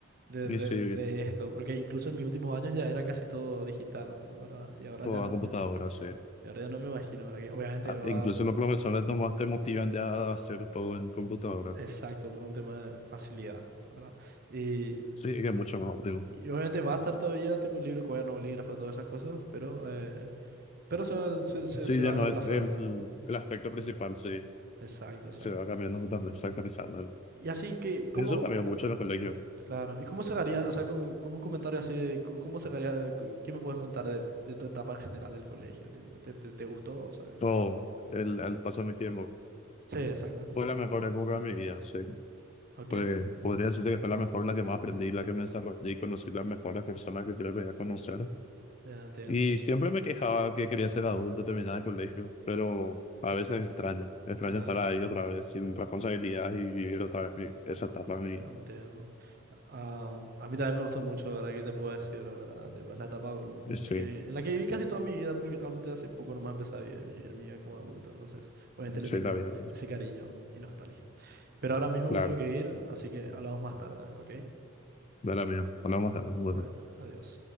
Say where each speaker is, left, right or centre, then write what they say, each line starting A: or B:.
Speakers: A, on the right (about 45°); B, on the left (about 30°).
A: de,
B: ni
A: de-
B: serie,
A: de esto, porque incluso en mis últimos años ya era casi todo digital, ¿no? ¿verdad? Y ahora
B: toda
A: ya, n-
B: computadora, sí.
A: y ahora ya no me imagino, ¿verdad? Que obviamente
B: Ah,
A: va
B: Incluso los profesores nomás te motivan ya a hacer todo en computadora.
A: exacto por un tema de facilidad, ¿verdad? Y,
B: Sí, es que es mucho más óptimo.
A: y obviamente va a estar todavía tipo libro, cuaderno, bolígrafo, todas esas cosas, pero, eh, pero se, va- se, se,
B: Sí,
A: se
B: ya
A: va
B: no
A: reemplazando.
B: es el, el aspecto principal, sí.
A: Exacto, exacto.
B: Se va cambiando totalmente, se va actualizando.
A: Y así que, ¿cómo?
B: Eso cambió mucho en el colegio.
A: Claro, ¿y cómo cerraría? O sea, co- con, un comentario así de, co- ¿cómo cerraría? co- ¿Qué me puedes contar de, de tu etapa en general del colegio? Tipo, ¿te, te, te gustó? O sea,
B: Todo, el, el paso de mi tiempo.
A: sí, exactamente.
B: Fue la mejor época de mi vida, sí.
A: Ok,
B: Pues
A: ok.
B: podría decirte que fue la mejor, la que más aprendí, la que me desarrollé, conocí las mejores personas que creo que voy a conocer.
A: Ya entiendo.
B: Y siempre me quejaba que quería ser adulto, terminar el colegio, pero a veces extraño, extraño
A: Claro,
B: estar ahí otra vez sin responsabilidad y vivir otra vez mi- esa etapa de mi,
A: entiendo. Am, a mí también me gustó mucho, ¿verdad? ¿Qué te puedo decir, verdad? Tipo, es la etapa por- en
B: sí,
A: la que, vi- en la que viví casi toda mi vida, porque realmente hace poco nomás empecé a vi- a vivir, mi vida como adulto. Entonces, obviamente le
B: sí,
A: tengo
B: la vida adulta.
A: ese cariño y nostalgia. Pero ahora mismo
B: Claro,
A: me tengo que ir, así que hablamos más tarde, ¿ok?
B: de la mía. Hablamos tarde.
A: Adi- adiós.